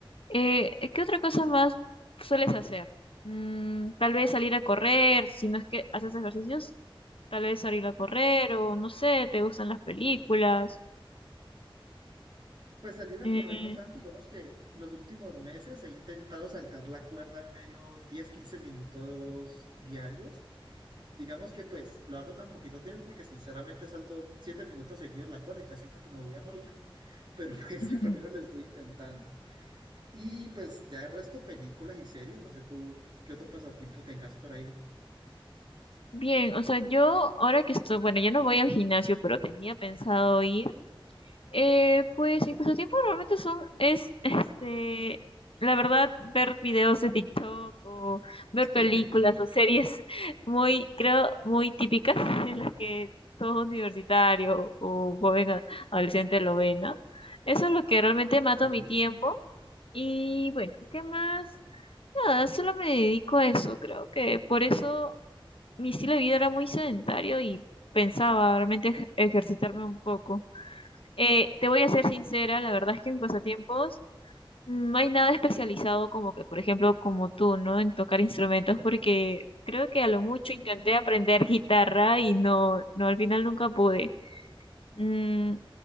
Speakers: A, on the left; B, on the right.
A: eh, eh, ¿qué otra cosa más sueles hacer? Mm, tal vez salir a correr, si no es que haces ejercicios, tal vez salir a correr o no sé, te gustan las películas.
B: Pues salir a
A: Eh,
B: correr no tanto, digamos que los últimos meses he intentado saltar la cuerda al menos 10 15 minutos diarios. Digamos que pues lo hago tan poquito tiempo porque sinceramente salto 7 minutos seguidos la cuerda y ya siento que me voy a morir, pero <laughs> pues
A: <laughs>
B: al menos lo estoy intentando. Y pues ya el resto películas y series, no sé tú qué otro pasatiempo tengas por ahí.
A: Bien, o sea, yo ahora que estoy, bueno, ya no voy al gimnasio, pero tenía pensado ir. Eh, pues mis pasatiempos realmente son, es, <laughs> este, la verdad, ver videos de TikTok o ver
B: <laughs>
A: películas o series muy, creo, muy típicas <laughs> en las que todo universitario o joven a- adolescente lo ve, ¿no? Eso es lo que realmente mato
B: Sí.
A: mi tiempo. Y bueno, ¿qué más? Nada, solo me dedico a eso, creo que por eso mi estilo de vida era muy sedentario y pensaba realmente ej- ejercitarme un poco. Eh, te voy a ser sincera, la verdad es que mis pasatiempos mm, no hay nada especializado como que, por ejemplo, como tú, ¿no? En tocar instrumentos, porque creo que a lo mucho intenté aprender guitarra y no, no, al final nunca pude. Mm,